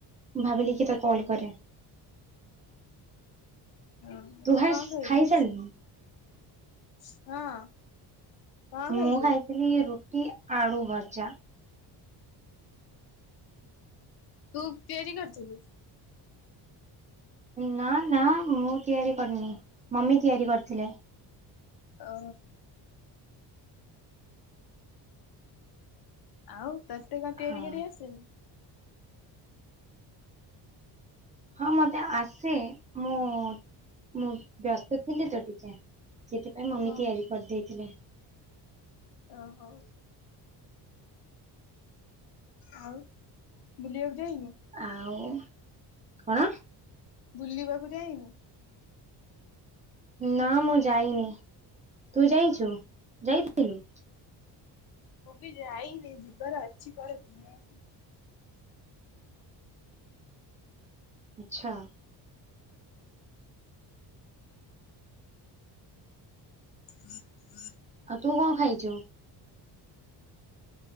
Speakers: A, on the right; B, on the left.
A: ଭାବିଲି କି ତାକୁ କଲ କରେ।
B: ହଁ
A: ତୁ <unintelligible>
B: କଣ ଖାଇଲୁ?
A: ଖାଇ ସାରିଲୁଣି?
B: ହଁ। କଣ
A: ମୁଁ
B: ଖାଇଲୁ?
A: ଖାଇଥିଲି ରୁଟି, ଆଳୁ ଭଜା।
B: ତୁ ତିଆରି କରିଥିଲୁ?
A: ନା ନା ମୁଁ ତିଆରି କରିନି ମମି ତିଆରି କରିଥିଲେ।
B: ଓ। ଆଉ ତତେ କଣ ତିଆରି
A: ହଁ।
B: କରି ଆସେନି?
A: ହଁ ମତେ ଆସେ। ମୁଁ ମୁଁ ବ୍ୟସ୍ତ ଥିଲି ତ ଟିକେ, ସେଥିପାଇଁ ମମି
B: ହଁ
A: ତିଆରି କରିଦେଇଥିଲେ।
B: ଓ ହୋ। ଆଉ ବୁଲିବାକୁ ଯାଇନୁ?
A: ଆଉ କଣ?
B: ବୁଲିବାକୁ ଯାଇନୁ?
A: ନା ମୁଁ ଯାଇନି, ତୁ ଯାଇଛୁ ଯାଇଥିଲୁ?
B: ମୁଁ ବି ଯାଇନି ଯିବାର ଅଛିି କୁଆଡ଼େ ବୁଲିବାକୁ
A: ଆଛା।
B: ହଁ ହଠ <unintelligible>
A: ଆଉ ତୁ କଣ ଖାଇଛୁ?